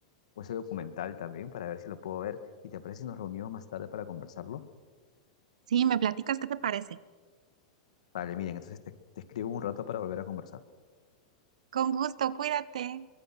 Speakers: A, on the left; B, on the right.
A: o ese documental también, para ver si lo puedo ver. ¿Y te parece si nos reunimos más tarde para conversarlo?
B: Sí, me platicas qué te parece.
A: Vale, Miriam, entonces te, te escribo un rato para volver a conversar.
B: Con gusto, cuídate.